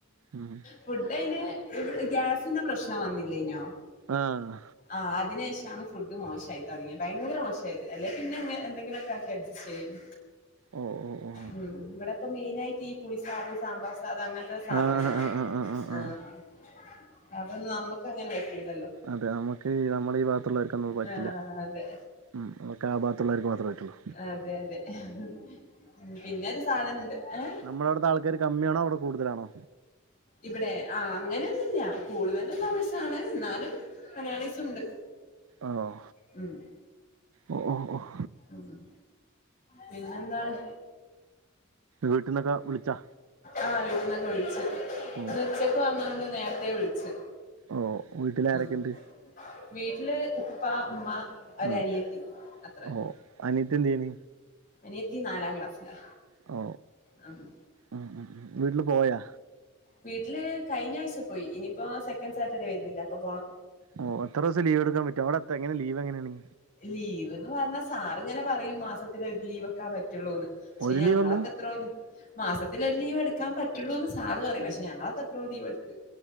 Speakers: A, on the right (about 85°); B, on the left (about 40°).
A: ഉം
B: ഫുഡ് അയ്ന് ഇ ഗ്യാസിന്റെ പ്രശ്നം വന്നില്ലെന്യോ ആ
A: ആഹ്
B: ആഹ് അതിന് ശേഷമാണ് ഫുഡ് മോശായി തുടങ്ങിയത് ഭയങ്കര മോശായത് അല്ലെ പിന്നെ എന്തെങ്കിലുമൊക്കെ ആക്കി അഡ്ജസ്റ്റ് ചെയ്യും
A: ഓ ഓ ഓ
B: മ്മ് ഇവിടെപ്പം മെയിന് ആയിട്ട് ഈ പുളി സാധം സാമ്പാർ അത് അത്അങ്ങനത്തെ സാധനങ്ങളാ
A: ആഹ് ആഹ് ആഹ് ആഹ് ആഹ്
B: ആ
A: ആഹ്
B: അതൊന്നും നമുക്ക് അങ്ങനെ പറ്റൂ ല്ലല്ലോ
A: അതെ നമുക്ക് നമ്മളെ ഈ ഭാഗത്തുള്ളവർക്കൊന്നും അത് പറ്റില്ല.
B: ആഹ് അതെ
A: മ്മ് അതൊക്കെ ആ ഭാഗത്തുള്ളവർക്കെ മാത്രേ പറ്റുള്ളൂ
B: അതെ അതെ ഏഹ് പിന്നൊരു സാധനുണ്ട് ഏഹ്
A: നമ്മള അവിടത്തെ ആൾക്കാര് കമ്മിയാണോ അവിടെ കൂടുതലാണൊ
B: ഇവിടെ ആ അങ്ങനെയൊന്നുമില്ല കൂടുതലും തമിഴ് സാണ് എന്നാലും മലയാളീസ് ഉണ്ട്
A: ആഹ്
B: മ്മ്
A: ഓ ഓ ഓഹ്.
B: ഉം പിന്നെന്താണ്?
A: വീട്ടീന്നൊക്കെ വിളിച്ചാ
B: ആഹ് വീട്ടിൽന്നൊക്കെ വിളിച്ച്
A: ഓ
B: ഇന്ന് ഉച്ചക്ക് വന്നൊണ്ട് നേരത്തെേ വിളിച്ച്
A: ഓ വീട്ടിൽ ആരൊക്കെ
B: ഉം
A: ഉണ്ട്?
B: വീട്ടില് ഉപ്പ ഉമ്മ ഒര്
A: ആഹ്
B: അനിയത്തി അത്രന്നെ
A: ഓ അനിയത്തി എന്ത് ചെയ്യണ്
B: അനിയത്തി നാലാം ക്ലാസ്സിലാ
A: ഓ
B: മ്മ്
A: ഉം ഉം ഉം വീട്ട്ൽ പോയാ?
B: വീട്ട്ല് കഴിഞ്ഞാഴ്ച പോയി ഇനിയിപ്പോ സെക്കൻ സാറ്റർഡേ വരുന്നില്ലേ അപ്പൊ പോണം.
A: ഓഹ് എത്രൂസം ലീവ്ട്ക്കാൻ പറ്റും ഔടെ എത് എങ്ങനെ ലീവെങ്ങനേണ്?
B: ലീവ്ന്ന് പറഞ്ഞാ സാർ ഇങ്ങനെ പറയും മാസത്തിലൊര് ലീവൊക്കെ പറ്റുള്ളൂന്ന്. പഷേ
A: ഒരു
B: ഞങ്ങളൊക്കെത്രോ
A: ലീവേ ഉള്ളൂ
B: ലീ മാസത്തിലൊര് ലീവ് എടുക്കാൻ പറ്റുള്ളൂന്ന് സാർ പറയും, പഷേ ഞങ്ങളൊക്കെത്രോ ലീവെട്ത്ത്.